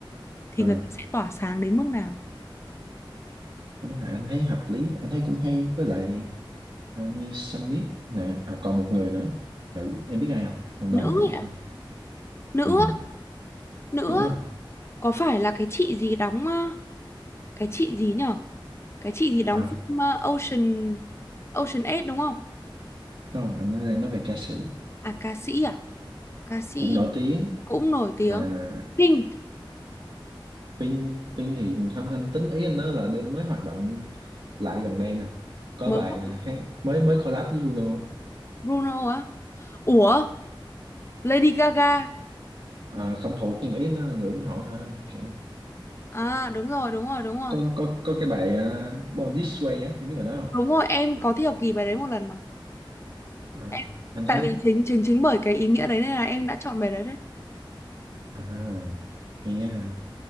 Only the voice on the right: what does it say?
ờ
đúng rồi anh thấy hợp lý anh thấy cũng hay với lại ờ, như Sam Smith nè à, còn một người nữa nữ em biết ai không em
đoán thử xem
ừ
đúng
rồi
à
không anh đang nói về ca sĩ
cũng nổi tiếng
à
Pin Pin thì không anh tính ý anh nói là đêm mới hoạt động lại gần đây nè có
bài
à, hát mới mới collab với Bruno
à, không thuộc nhưng mà ý anh nói là người ủng hộ thôi kiểu
có có có cái bài à, Born This Way á em biết bài đó không
à,
anh
thấy
à hay ha